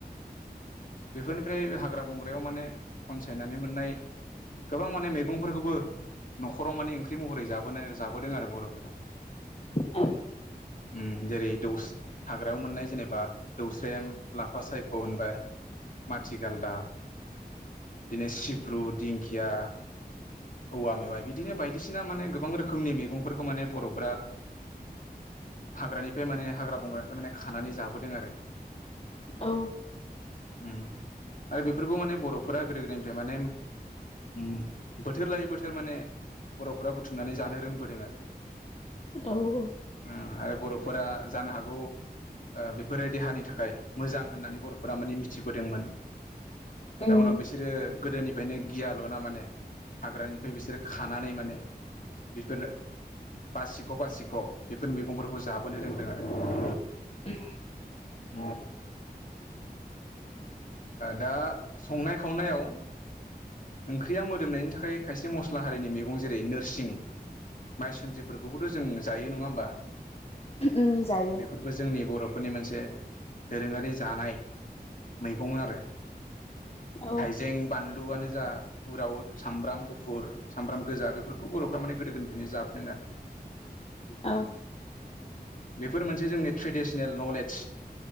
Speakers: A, on the left; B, on the left.
A: बेफोरनिफ्राय हाग्रा बंग्रायाव माने खनसायनानै मोननाय गोबां माने मैगंफोरखौबो न'खराव माने ओंख्रि महरै जाबोनो जाबोदों आरो बर'फोरा
B: औ
A: उम। जेरै दौस हाग्रायाव मोननाय जेनेबा दौस्रेम लाफा सायख' होनबाय माथिगालदाब बिदिनो सिब्रु दिंखिया औवा मेवाइ बिदिनो बायदिसिना माने गोबां रोखोमनि मैगंफोरखौ माने बर'फ्रा हाग्रानिफ्राय माने हाग्रा बंग्रानिफ्राय माने खानानै जाबोदों आरो।
B: औ
A: उम आरो बेफोरखौ माने बर'फोरा गोदो गोदायनिफ्राय माने उम बोथोर लायै बोथोर माने बर'फोरा बुथुमनानै जानो रोंबोदों आरो।
B: औ।
A: उम आरो बर'फोरा जानो हागौ ओ बेफोरो देहानि थाखाय मोजां होननानै बर'फोरा माने मिथिबोदोंमोन।
B: उम
A: जाउनाव बिसोरो गोदोनिफ्रायनो गियाल'ना माने हाग्रानिफ्राय बिसोर खानानै माने बेफोर बासिख' बासिख' बेफोर मैगंफोरखौ जाबोनो रोंदों आरो।
B: <inaudible>
A: <inaudible> दा संनाय खावनायाव ओ ओंख्रिया मोदोमनायनि थाखाय खायसे मस्ला हारिनि मैगं जेरै नोरसिं। माइ सुद्रिफोरखौबोथ' जों जायो नंङा होमबा?
B: उम जायो
A: बेफोरबो जोंनि बर'फोरनि मोनसे मोनसे दोरोंङारि जानाय मैगं आरो।
B: औ औ
A: हाइजें बानलुआनो गोजा उरावद सामब्राम गुफुर सामब्राम गोजा बेफोरखौ बर'फ्रा माने गोदो गोनिफ्रायनो जाबोदों आरो। <inaudible>
B: औ।
A: बेफोर मोनसे जोंनि ट्रेडिसनेल नलेज